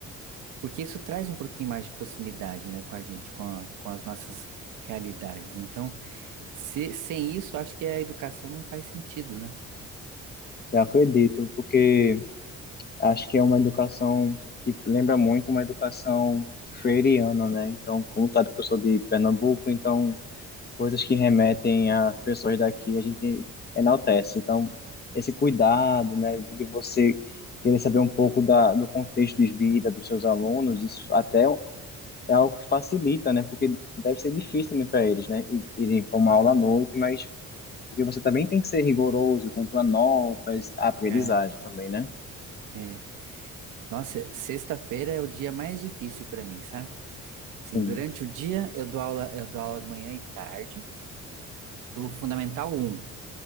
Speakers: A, on the right; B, on the left.
A: porque isso traz um pouquinho mais de proximidade, né, com a gente, com a- com as nossas realidades. Então, se- sem isso, acho que a educação não faz sentido, né?
B: Eu acredito, porque acho que é uma educação que lembra muito uma educação freiriana, né? Então, como sabe que eu sou de Pernambuco, então coisas que remetem a pessoas daqui a gente enaltece. Então, esse cuidado, né, de você querer saber um pouco da, do contexto de vida dos seus alunos, isso até é algo que facilita, né? Porque deve ser difícil também para eles, né? Ir- Irem para uma aula à noite, mas porque você também tem que ser rigoroso quanto a notas, a aprendizagem
A: É,
B: também, né?
A: é. Nossa, sexta-feira é o dia mais difícil para mim, sabe?
B: Sim,
A: Sim, durante o dia eu dou aula, eu dou aula manhã e tarde para o Fundamental um.